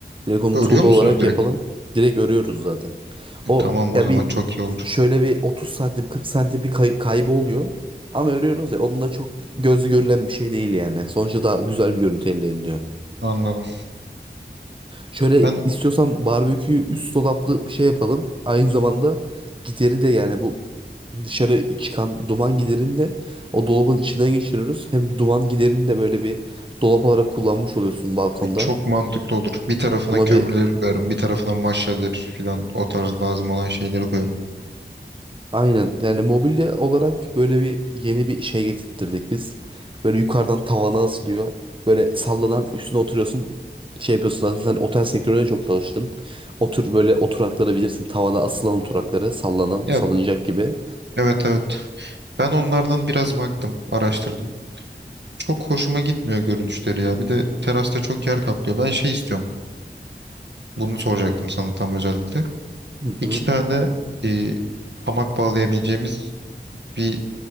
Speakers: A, on the right; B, on the right.
A: Direkt onu
B: Örüyor
A: tuğla
B: musunuz
A: olarak
B: direkt?
A: yapalım. Direkt örüyoruz zaten.
B: E,
A: O
B: Tamam
A: ya
B: o zaman
A: bir
B: çok iyi olur.
A: şöyle bir 30 santim 40 santim bir kay kaybı oluyor. Ama örüyoruz ya onun da çok gözü görülen bir şey değil yani. Sonuçta daha güzel bir görüntü elde ediliyor.
B: Anladım.
A: Şöyle
B: Ben
A: istiyorsan barbekü üst dolaplı bir şey yapalım. Aynı zamanda gideri de yani bu dışarı çıkan duman giderini de o dolabın içinden geçiriyoruz. Hem duman giderini de böyle bir dolap olarak kullanmış oluyorsun balkonda.
B: e, çok mantıklı olur. Bir tarafına
A: Ona
B: kömürleri
A: bir
B: koyarım, bir tarafına maşadır filan o tarz lazım olan şeyleri koyarım.
A: aynen yani mobilya olarak böyle bir yeni bir şey getirttirdik biz. Böyle yukarıdan tavana asılıyor. Böyle sallanan üstüne oturuyorsun. Şey yapıyorsun zaten sen otel sektöründe çok çalıştın. Otur böyle oturakları bilirsin. Tavana asılan oturakları sallanan
B: Ya
A: salıncak gibi.
B: evet evet. Ben onlardan biraz baktım, araştırdım. Çok hoşuma gitmiyor görünüşleri ya. Bir de terasta çok yer kaplıyor. Ben şey istiyorum. Bunu soracaktım sana tam özellikle.
A: Hı hı.
B: İki tane e, hamak bağlayabileceğimiz bir